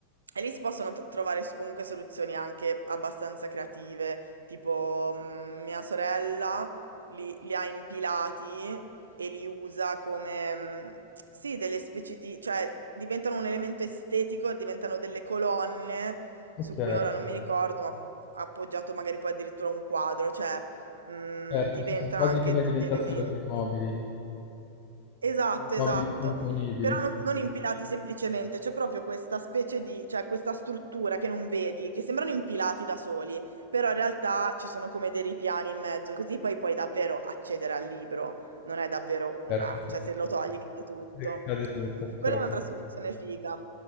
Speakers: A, on the right; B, on the left.
A: e lì si possono tro- trovare so- comunque soluzioni anche abbastanza creative, tipo mm, mia sorella li, li ha impilati e li usa come, mm, sì, delle specie di, cioè diventano un elemento estetico, diventano delle colonne
B: ok,
A: su cui ora non mi ricordo, ma appoggiato magari poi addirittura a un quadro, cioè mm,
B: certo,
A: diventano
B: sì, sì, quasi
A: anche
B: come
A: degli
B: diventassero
A: elementi.
B: dei mobili,
A: Esatto, esatto.
B: mobili componibili.
A: Però non, non impilati Quindi, semplicemente, c'è proprio questa specie di, cioè questa struttura che non vedi, che sembrano impilati da soli, però in realtà ci sono come dei ripiani in mezzo, così poi puoi davvero accedere al libro, non è davvero una,
B: Certo,
A: cioè se lo togli cade tutto.
B: sì, cade tutto,
A: Quella
B: però
A: è un'altra soluzione figa.